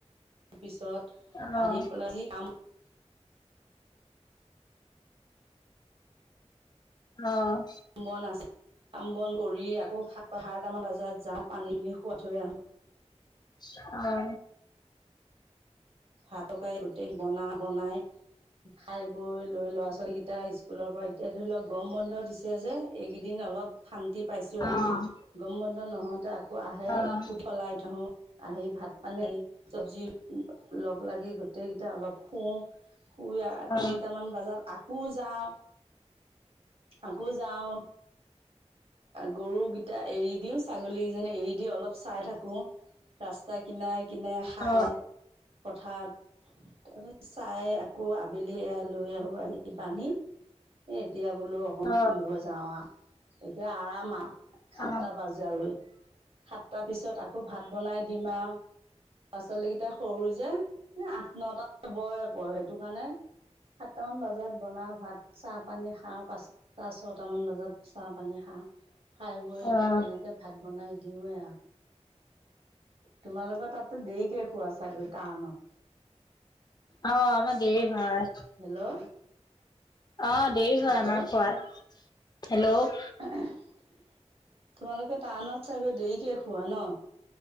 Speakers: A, on the right; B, on the left.
A: পিছত
B: অহ।
A: আহি পেলাই যি কাম
B: অহ।
A: <unintelligible>
B: অহ।
A: ভাতকাই গোটেই বনা বনাই, খাই বৈ লৈ লৰা ছোৱালী কেইটা ইচ স্কুলৰ পৰা এতিয়া ধৰি লৱক গৰম বন্ধ দিছে যে এইকেইদিন অলপ শান্তি পাইছোঁ
B: অ',
A: আৱ। গৰম বন্ধ নহওঁতে আকৌ আহে
B: অ', অ',
A: খুট সলাই থওঁ। আহি ভাত পানী চব্জি লগ লাগি গোটেই কেইটা অলপ শুওঁ, শুই আ
B: অ অ
A: তিনটা মান বজাত আকৌ যাওঁ। আকৌ যাওঁ। গৰুকেইটা এৰি দিও ছাগলীকেইজনী এৰি দি অলপ চাই থাকো। ৰাস্তা কিনাৰে কিনাৰে খায়,
B: অ
A: পথাৰত তাৰপাছত চাই আকৌ আবেলি লৈ আহোঁ আহি বান্ধি এই এতিয়া বোলো অকণ
B: অ
A: ফুৰিব যাওঁ আৰু। এতিয়া আৰাম আৰু সাতটা
B: অ
A: বজালৈ। সাতটা পিছত আকৌ ভাত বনাই দিম আৰু। ল'ৰা ছোৱালী কেইটা সৰু যে আঠ নটা বয় কৰ সেইটো কাৰণে সাতটামান বজাত বনাওঁ ভাত, চাহ পানী খাওঁ পাঁচটা ছটামান বজাত। চাহ পানী খাও খাই বৈ
B: অ।
A: তেনেকে কে ভাত বনাই দিওঁৱে আৰু। তোমালোকৰ তাততো দেৰিকেই শোৱা ছাগৈ টাওনত।
B: অ আমাৰ দেৰি হয়।
A: হেল্ল'।
B: অ দেৰি হয়
A: হেল্ল'
B: আমাৰ শুৱাত হেল্ল'।
A: তোমালোকে টাওনত চাগৈ দেৰিকে শুৱা ন।